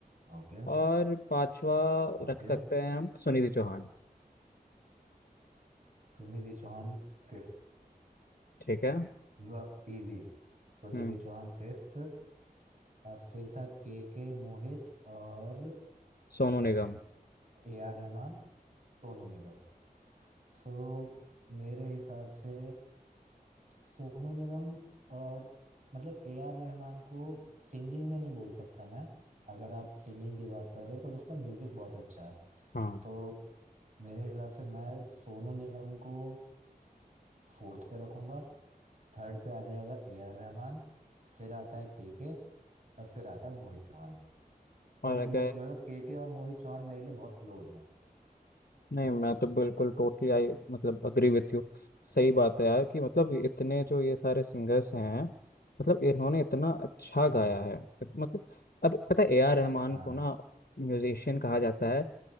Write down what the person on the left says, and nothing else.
और पांचवा
रख सकते हैं हम सुनिधि चौहान
ठीक है
हम्म
सोनू निगम
हाँ
और
अगर
नहीं मैं तो बिल्कुल टोटली आई मतलब अग्री विथ यू सही बात है यार कि मतलब इतने जो ये सारे सिंगर्स हैं मतलब इन्होंने इतना अच्छा
गाया है मतलब अब पता है ए आर रहमान
को ना म्यूजिशियन कहा जाता है